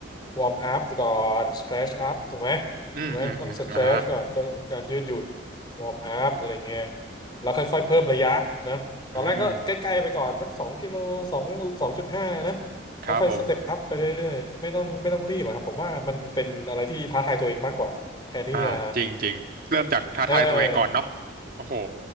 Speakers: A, on the left; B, on the right.
A: วอร์มอัพก่อนสเตรชอัพถูกไหม
B: อืมอืมอืมอ่า
A: ถูกไหมต้องสเตรชก่อนก็การยืดหยุ่นวอร์มอัพอะไรเงี้ยแล้วค่อยๆเพิ่มระยะนะตอนแรกก็ใกล้ๆไปก่อนสักสองกิโลสองสองจุดห้านะ
B: อืมครับผม
A: แล้วค่อยสเต็ปอัพไปเรื่อยๆไม่ต้องไม่ต้องรีบอะครับผมว่ามันเป็นอะไรที่ท้าทายตัวเองมากกว่าแทนที่จะ
B: อ่าจริงจริงเริ่มจากท้าทายตัวเองก่อนเนาะ
A: เออ
B: โอ้โห